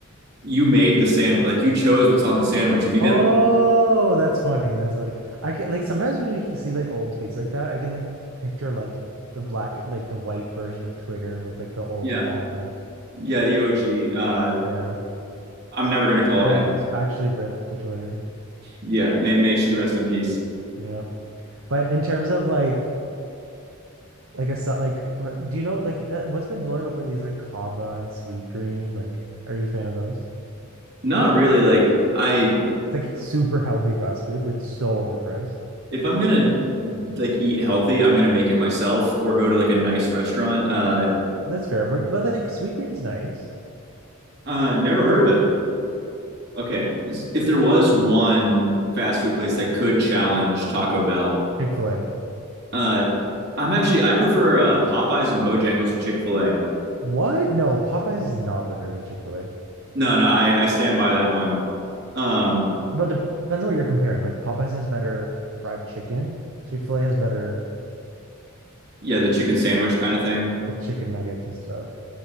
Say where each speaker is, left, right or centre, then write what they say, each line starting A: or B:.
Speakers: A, on the right; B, on the right.
A: you made the sandwich. Like you chose what's on the sandwich. If you didn't,
B: Oh, that's funny. That's funny. I can like sometimes when you he- see like old tweets like that, I can like picture like the black, like the white version of Twitter with like the old
A: yeah,
B: font.
A: yeah, the OG. Uh,
B: Yeah.
A: I'm never gonna call
B: Rip,
A: it Aggie.
B: actually rip to Twitter.
A: Yeah, may, may she rest in peace.
B: Yeah. But in terms of like, like a, so- like, what- do you know, like, uh, what's been blowing up lately is like Kava and Sweet Green. Like, are you a fan of those? It's
A: Not really. Like I,
B: like super healthy fast food, but it's so overpriced.
A: if I'm gonna like eat healthy, I'm gonna make it myself or go to like a nice restaurant. Uh,
B: That's fair. But, but like, Sweet Green's nice.
A: uh, never heard of it. Okay, if there was one fast food place that could challenge Taco Bell,
B: Chick-fil-A.
A: uh, I'm actually I prefer uh, Popeyes and Bojangles to Chick Fil A.
B: What? No, Popeyes is not better than Chick-fil-A.
A: No, no, I, I stand by that one. Um,
B: But dep- depends on what you're comparing. Like Popeyes has better fried chicken. Chick-fil-A has better
A: yeah, the chicken sandwich kind of thing.
B: like, chicken nuggets and stuff.